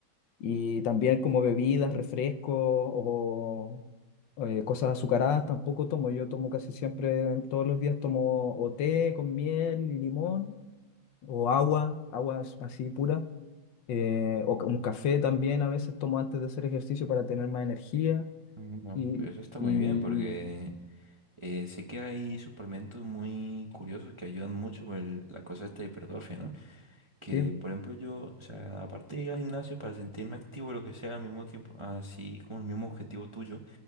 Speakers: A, on the left (about 80°); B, on the right (about 35°).
A: Y también como bebidas, refrescos o eh, cosas azucaradas tampoco tomo. Yo tomo casi siempre, todos los días tomo o té con miel y limón, o agua, agua as- así pura, eh, o ca- un café también a veces tomo antes de hacer ejercicio para tener más energía.
B: No,
A: Y,
B: pero eso está muy
A: y
B: bien porque eh, sé que hay suplementos muy curiosos que ayudan mucho con el- la cosa esta de hipertrofia, ¿no? Que,
A: sí.
B: por ejemplo, yo, o sea, aparte de ir al gimnasio para sentirme activo, lo que sea, al mismo tiempo, así como el mismo objetivo tuyo,